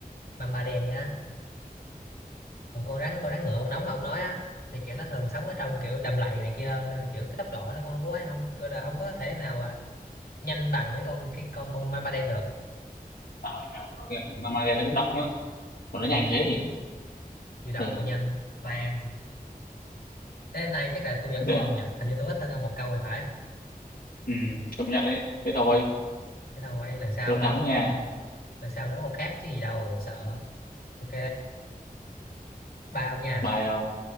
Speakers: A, on the left; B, on the left.
A: mamba đen nha còn con rắn con rắn ngựa nóng mà ông nói á thì kiểu nó thường sống ở trong kiểu đầm lầy này kia hơn nên là kiểu cái tốc độ nó cũng không có không không có thể nào à, nhanh bằng mấy con cái con con ma ba đen được
B: Sao vậy trời. Con nghe- Mà mà nghe nó cũng đọc lắm á. Còn nó nhanh
A: ừ.
B: thế thì
A: vừa đọc
B: ừ,
A: vừa nhanh toàn <laughs> thế hôm nay chắc là tôi vẫn
B: dễ.
A: thua ông nhỉ hình như tôi ít hơn ông một câu thì phải
B: Ừ, công nhận đấy. Thế thôi.
A: thế thôi lần sau
B: Tôi thắng
A: đó
B: nha.
A: con lần sau đó con khác chứ gì đâu sợ ok ba ông nha
B: Bye không?